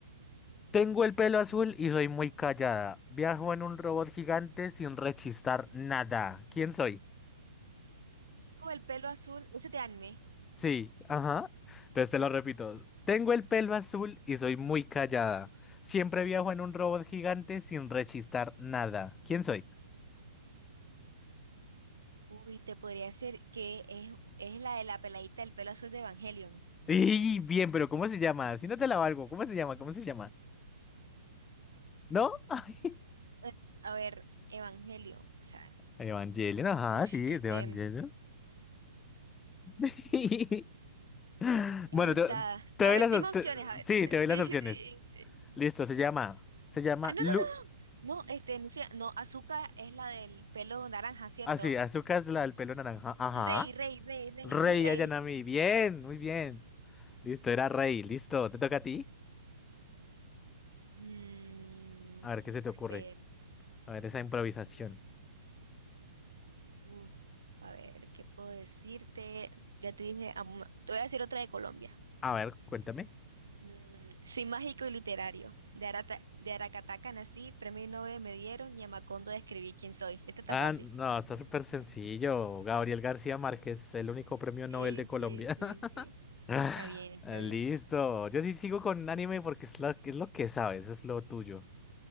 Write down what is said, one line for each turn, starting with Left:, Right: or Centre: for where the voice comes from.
Left: Tengo el pelo azul y soy muy callada. Viajo en un robot gigante sin rechistar nada. ¿Quién soy?
Right: Con el pelo azul, ese es de anime.
Left: Sí, ajá. Entonces te lo repito. Tengo el pelo azul y soy muy callada. Siempre viajo en un robot gigante sin rechistar nada. ¿Quién soy?
Right: Uy, te podría decir que es, es la de la peladita del pelo azul de Evangelion.
Left: Y bien, pero ¿cómo se llama? Si no te la valgo, ¿cómo se llama? ¿Cómo se llama? ¿No? <laughs> Ay,
Right: Eh, A ver, Evangelion, o sea,
Left: Evangelion, ajá,
Right: ush,
Left: sí,
Right: este,
Left: es de Evangelion. <laughs> Bueno,
Right: verdad.
Left: te, te
Right: A
Left: doy
Right: ver,
Left: las,
Right: dime
Left: op-
Right: opciones,
Left: te-
Right: a ver.
Left: sí,
Right: <laughs>
Left: te doy
Right: Di- di-
Left: las opciones.
Right: sí.
Left: Listo, se llama, se llama
Right: Ah, no,
Left: Lu,
Right: no, no, no, este, no sé, no, Azuka es la del pelo naranja, ¿cierto?
Left: así, Azúcar es la del pelo naranja, ajá.
Right: Rey, rey, rey, rey,
Left: Rey
Right: no es rey.
Left: Ayanami, bien, muy bien. Listo, era Rey, listo, te toca a ti.
Right: Mm,
Left: A ver qué se te
Right: a
Left: ocurre.
Right: ver,
Left: A ver esa improvisación.
Right: uf, a ver, ¿qué puedo decirte? Ya te dije, am- te voy a decir otra de Colombia.
Left: A ver, cuéntame.
Right: Mm, soy mágico y literario. De Arata, de Aracataca nací, premio Nobel me dieron y a Macondo describí quién soy. Esta está
Left: Ah,
Right: fácil.
Left: no, está súper sencillo. Gabriel García Márquez, el único premio Nobel
Right: Sí,
Left: de
Right: sí,
Left: Colombia.
Right: sí, sí.
Left: Ah,
Right: Está bien, está
Left: listo.
Right: bien.
Left: Yo sí sigo con anime porque es lo, es lo que sabes, es lo tuyo.